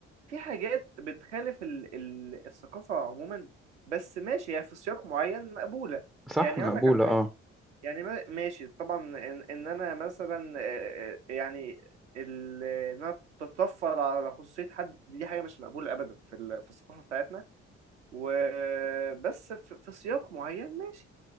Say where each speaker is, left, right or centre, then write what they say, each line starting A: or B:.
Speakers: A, on the right; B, in the centre.
A: في حاجات بتخالف ال... ال... الثقافة عموما بس ماشي هي في سياق معين مقبولة
B: صح
A: يعني
B: مقبولة
A: هقول لك على حاجة
B: اه
A: يعني ما- ماشي طبعا ان, إن انا مثلا آه، آه، يعني ال- ان انا تتطفل على خصوصيه حد دي حاجه مش مقبوله ابدا في ال- في الثقافه بتاعتنا وبس في, في سياق معين ماشي